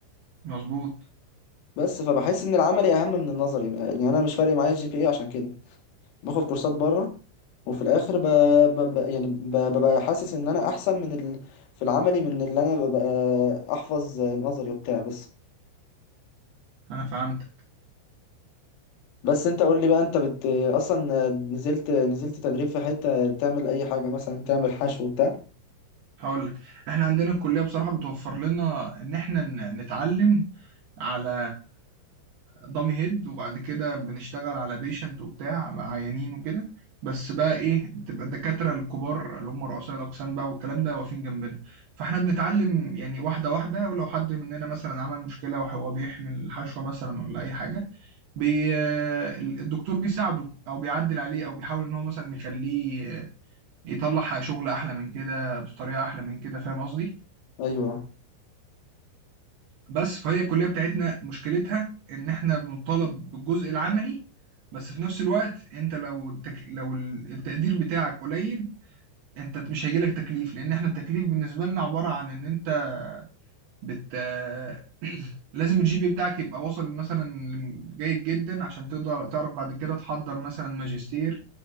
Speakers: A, on the right; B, on the left.
A: مظبوط
B: بس فبحس ان العملي اهم من النظري يعني انا مش فارق معايا الجي بي اي عشان كده باخد كورسات بره وفي الاخر ب... ب... ب... يعني ب... ببقى حاسس ان انا احسن من ال... في العملي من اللي انا ببقى احفظ نظري وبتاع بس
A: أنا فهمتك
B: بس انت قول لي بقى انت بت اصلا نزلت نزلت تدريب في حتة تعمل اي حاجة مثلا تعمل حشو وبتاع
A: هقول لك احنا عندنا الكلية بصراحة بتوفر لنا ان احنا ن- نتعلم على دامي هيد وبعد كده بنشتغل على بيشنت وبتاع عيانين وكده بس بقى ايه بتبقى الدكاترة الكبار اللي هم رؤساء الأقسام بقى والكلام ده واقفين جنبنا فاحنا بنتعلم يعني واحدة واحدة ولو حد مننا مثلا عمل مشكلة وهو بيحمل الحشوة مثلا ولا أي حاجة بي... الدكتور بيساعده أو بيعدل عليه أو بيحاول إن هو مثلا يخليه يطلع حق شغل احلى من كده بطريقه احلى من كده فاهم قصدي
B: ايوه
A: بس فهي الكليه بتاعتنا مشكلتها ان احنا بنطالب بالجزء العملي بس في نفس الوقت انت لو التك... لو ال- التقدير بتاعك قليل انت مش هيجيلك تكليف لان احنا التكليف بالنسبه لنا عباره عن ان انت بت <clears throat> لازم الجي بي بتاعك يبقى واصل مثلا جيد جدا عشان تقدر تعرف بعد كده تحضر مثلا ماجستير